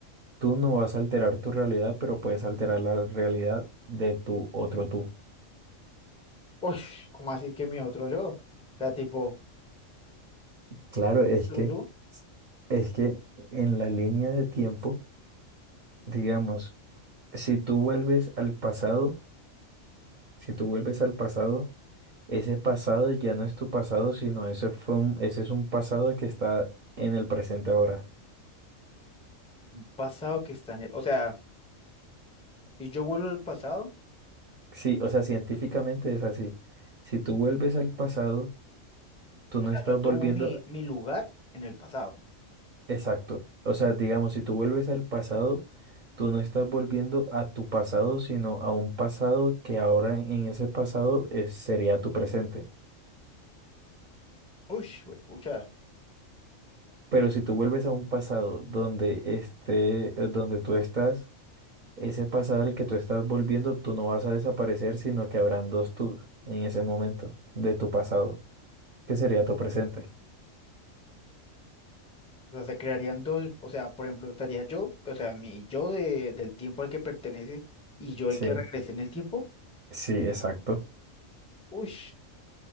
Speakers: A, on the right; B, in the centre.
A: tú no vas a alterar tu realidad, pero puedes alterar la realidad de tu otro tú.
B: Uy, ¿cómo así que mi otro yo? O sea, tipo,
A: Claro, es
B: otro
A: que,
B: yo,
A: es que en la línea de tiempo, Digamos, si tú vuelves al pasado, si tú vuelves al pasado, ese pasado ya no es tu pasado, sino ese fue un- ese es un pasado que está en el presente ahora.
B: un pasado que está en el, o sea, si yo vuelvo al pasado,
A: Sí, o sea, científicamente es así. Si tú vuelves al pasado, tú no
B: o sea,
A: estás
B: yo tomo
A: volviendo,
B: mi, mi lugar en el pasado.
A: exacto. O sea, digamos, si tú vuelves al pasado, tú no estás volviendo a tu pasado, sino a un pasado que ahora en ese pasado es- sería tu presente.
B: Uy, pucha.
A: Pero si tú vuelves a un pasado donde esté, eh, donde tú estás, ese pasado al que tú estás volviendo, tú no vas a desaparecer, sino que habrán dos tú en ese momento de tu pasado, que sería tu presente.
B: O sea, se crearían dos, o sea, por ejemplo, estaría yo, o sea, mi yo de, del tiempo al que pertenece y yo
A: Sí,
B: el que regrese en el tiempo.
A: sí, exacto.
B: Uy,